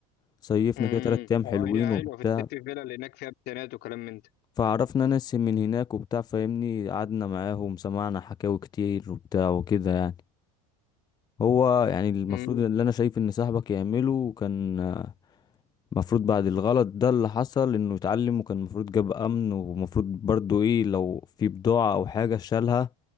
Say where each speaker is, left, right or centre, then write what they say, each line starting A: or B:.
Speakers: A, on the left; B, on the left.
A: صيفنا
B: امم
A: كده تلات أيام
B: اه
A: حلوين
B: هي حلوة
A: وبتاع
B: في السيتي فيلا اللي هناك فيها بتانات وكلام من ده
A: فعرفنا ناس من هناك وبتاع فاهمني قعدنا معاهم سمعنا حكاوي كتير وبتاع وكده يعني هو يعني المفروض
B: امم
A: اللي انا شايف ان صاحبك يعمله كان آه، المفروض بعد الغلط ده اللي حصل انه يتعلم وكان المفروض جاب امن ومفروض برضو ايه لو في بضاعة او حاجة شالها